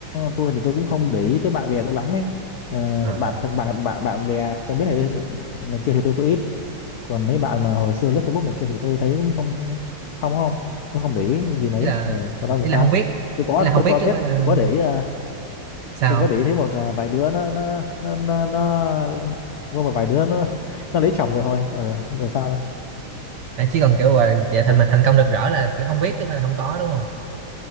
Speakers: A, on the left (about 80°); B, on the right (about 65°).
A: Tôi thì tôi cũng không để ý tới bạn bè tôi lắm ấy. Ờ,
B: à,
A: bạn bạn bạn bạn bè quen biết này này kia thì tôi có ít. Còn mấy bạn mà hồi xưa lướt Facebook này kia thì tôi thấy cũng không không không, tôi không để ý gì mấy.
B: ý là
A: Ờ, còn đâu thì
B: ý
A: sao?
B: là không biết
A: Tôi có
B: ý là không
A: tôi
B: biết
A: có biết,
B: chứ không phải là
A: tôi có để ý, à,
B: sao
A: tôi có để ý thấy một à, vài đứa nó nó nó nó, nó có một vài đứa nó nó lấy chồng rồi thôi. Ờ, rồi sao? Nữa?
B: à, chỉ cần kiểu là về thành
A: Còn,
B: mà thành công rực rỡ là kiểu không biết chứ không phải là không có đúng không